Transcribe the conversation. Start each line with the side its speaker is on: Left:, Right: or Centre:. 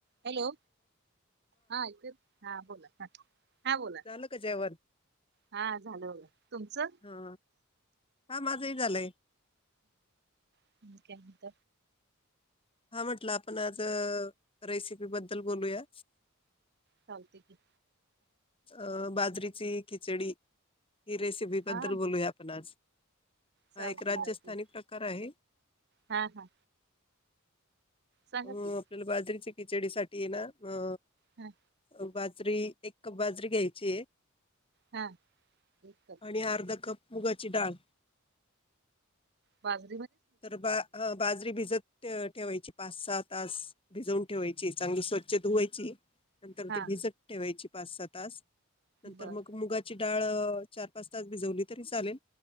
Right: Hello हा हा बोला ह हा बोला
Left: झालं का जेवण
Right: हा झालं बघ तुमचं
Left: हा हा माझंही झालंय
Right: हमत
Left: हा म्हटलं आपण आज रेसिपी बद्दल बोलूया
Right: शांत क
Left: अं बाजरीची खिचडी ही रेसिपी
Right: हा
Left: बद्दल बोलूया आपण आज
Right: चालते
Left: हा एक राजस्थानी
Right: चालते
Left: प्रकार आहे
Right: हा हा सांगा
Left: अ
Right: की
Left: आपल्याला बाजरीच्या खिचडी साठी ये ना अ
Right: ह
Left: बाज बाजरी एक कप बाजरी घ्यायची आहे
Right: हा एक कप
Left: आणि अर्धा कप मुगाची डाळ
Right: बस
Left: तर बा बाजरी भिजत ठेवायची पाच सहा तास भिजवून ठेवायची चांगली स्वच्छ धुवायची नंतर
Right: हा
Left: ते भिजत ठेवायची पाच सहा तास नंतर
Right: बर
Left: मग मुगाची डाळ चार पाच तास भिजवली तरी चालेल